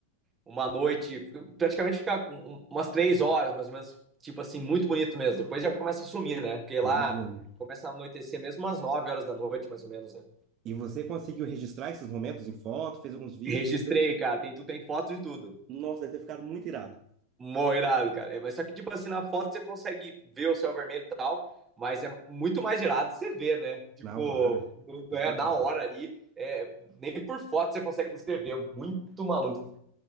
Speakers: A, on the right; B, on the right.
A: uma noite, praticamente fica um, um, umas três horas, mais ou menos, tipo assim, muito bonito mesmo. Depois já começa a sumir, né? Porque lá
B: imagina.
A: começa a anoitecer mesmo umas nove horas da noite, mais ou menos, né?
B: E você conseguiu registrar esses momentos em foto, fez alguns vídeos?
A: Registrei, cara, tem, tu tem foto de tudo.
B: Nossa, deve ter ficado muito irado.
A: Moirado, cara. É, mas só que, tipo assim, na foto você consegue ver o céu vermelho e tal, mas é muito mais irado você ver, né? Tipo,
B: Não, claro.
A: não não
B: Nem
A: é
B: compara.
A: na hora ali. é, nem por foto você consegue descrever. É Muito maluco.